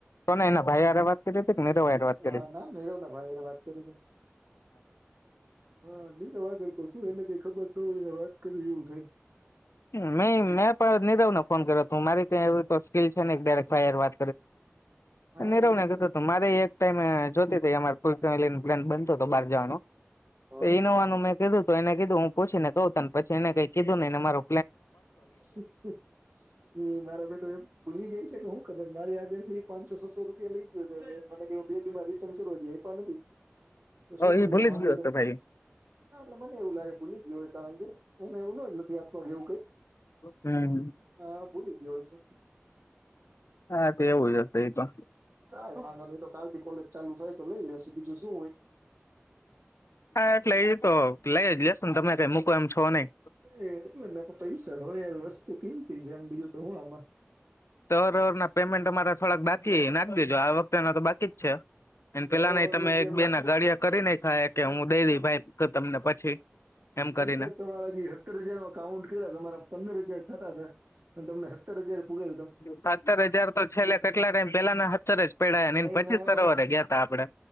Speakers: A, on the left; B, on the right.
A: કોને એના ભાઈ હારે વાત કરી. હતી કે નીરવ હારે વાત કરી
B: હા
A: હતી
B: ના નૈરવ ના ભાઈ હારે વાત કરી તી. હા નહી વા કરતો શું એને કઈ ખબર ન હોયને વાત કરિ એવું થાય.
A: મે મેં પણ નીરવને ફોન કર્યો તું મારી ત્યાં એવું તો સ્કીલ છે ન ડાયરેક ફાયર વા
B: હા
A: <unintelligible> નિરવ
B: એ છે
A: કીધું તું મારે એક જોતી તી અમાર ફૂલ ફેમિલી પ્લાન બનતો તો બાર જવાનો
B: હા
A: ઈનોવાનું મેં કીધું તો એને કીધું હું પૂછીને કઉ તન પછી એને કઈ કીધું ને ને મારુ
B: હ હ હમ્મ મારો બેટો એમ ભૂલી જાય છે કે હું. ખબર મારી આગળ થી પાચસો છ સો રૂ પિયા લઈ ગયો મને કે બે રિટર્ન કરુ હજી અયપા નથી.
A: હ
B: શું કરી
A: એ ભૂલી
B: લો માંગી
A: જ ગયો હશે
B: લે
A: ભાઈ.
B: હા એટલે મને એવું લાગે ભૂલી ગ્યો કારણ કે એને એવું ન નથી આપવા કે એવું કઈ
A: હમ્મ.
B: હા ભૂલી ગ્યો હશે.
A: હા તો એવું જ હશે એ તો.
B: કાઈ વાંધો નહી તો કાલથી કોલેજ ચાલુ થાય તો લઈ લેશ બીજું શું હોય.
A: હા એટલે ઈતો લઈ જ લેશું ને તમે કઈ મૂકો એમ છો નહી.
B: એ એટલે નેે પૈસા હોય વસ્તુ કિમતી છે એમ બીજું તો હું આમાં
A: સવાર હવાર ના પેમેન્ટ અમારા થોડાક બાકી એના કરીજો આ વખતેના તો બાકી જ છે એ
B: સરોવર
A: પેલા ને તમે
B: નું પેમેન્ટ
A: એક બે ના ગાડિયા કરી નઈ થાય કે હું દઈ દઈ ભાઈ તમને પછી. એમ કરીને
B: એ સર તમારા જે સત્તર હજાર નો કાઉન્ટ કર્યા તમારા પંદર હજાર થતા હતા અને તમને હત્તર પુરા
A: સત્તર હજાર તો છેલ્લે કેટલા ટાઇમ પેલા ના સત્તર જ પડા
B: નહી
A: એ પછી
B: નહી
A: સરોવરે ગ્યા તા આપડે.